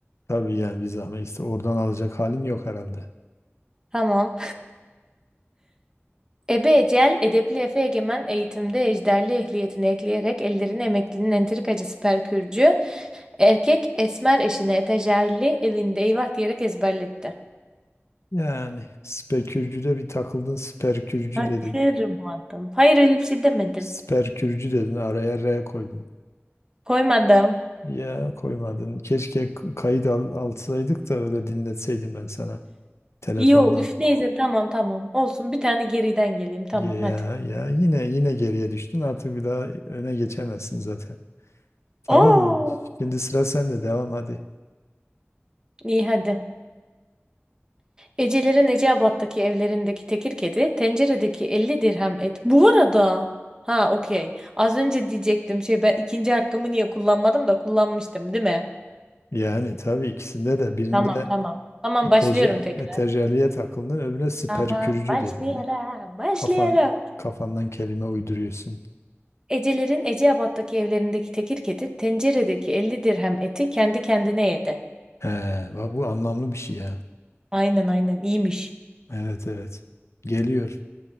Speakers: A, on the left; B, on the right.
A: Tabii yani bir zahmet işte oradan alacak halin yok herhalde.
B: Tamam. Ebe Ecel, edepli Efe Egemen eğitimde ejderli ehliyetini ekleyerek ellerini emeklinin entrikacısı Perkürcü, erkek esmer eşine etajerli evinde eyvah diyerek ezberletti.
A: Yani spekürcüde bir takıldın sperkürcü
B: Kaçırmadım.
A: dedin.
B: Hayır öyle bir şey demedim.
A: Sperkürcü dedin araya R koydun.
B: Koymadım.
A: Ya koymadın. Keşke k- kayıt al, alsaydık da öyle dinletseydim ben sana telefondan.
B: Yo üf neyse tamam tamam. Olsun bir tane geriden geleyim tamam
A: Ya
B: hadi.
A: ya yine yine geriye düştün artık bir daha öne geçemezsin zaten. Tamam
B: Oo,
A: mı? Şimdi sıra sende. Devam hadi.
B: iyi hadi. Ecelerin Eceabat'taki evlerindeki tekir kedi, tenceredeki 50 dirhem et. Bu arada, ha okey. Az önce diyecektim şey ben ikinci hakkımı niye kullanmadım da kullanmıştım, değil mi?
A: Yani tabii ikisinde de birinde
B: Tamam tamam. Tamam
A: ete-
B: başlıyorum tekrar.
A: eteryalliye takıldın, öbürüne siperkürücü
B: Tamam başlayarak
A: dedin.
B: başlayarak.
A: Kafan kafandan kelime uyduruyorsun.
B: Ecelerin Eceabat'taki evlerindeki tekir kedi, tenceredeki 50 dirhem eti kendi kendine yedi.
A: He, bak bu anlamlı bir şey ya.
B: Aynen aynen iyiymiş.
A: Evet evet. Geliyor.